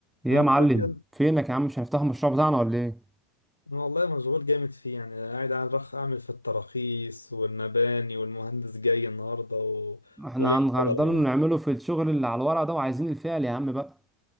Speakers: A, in the centre; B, on the left.
A: ايه
B: أنا
A: يا
B: بقول
A: معلم
B: لك يلا.
A: فينك يا عم مش هنفتح المشروع بتاعنا ولا ايه
B: أنا والله مشغول جامد فيه يعني قاعد على رخ أعمل في التراخيص والمباني والمهندس جاي النهاردة و...
A: احنا
B: وليه
A: هن- هنفضل
B: والله العظيم
A: نعمله في الشغل اللي على الورق ده وعايزين الفعل يا عم بقى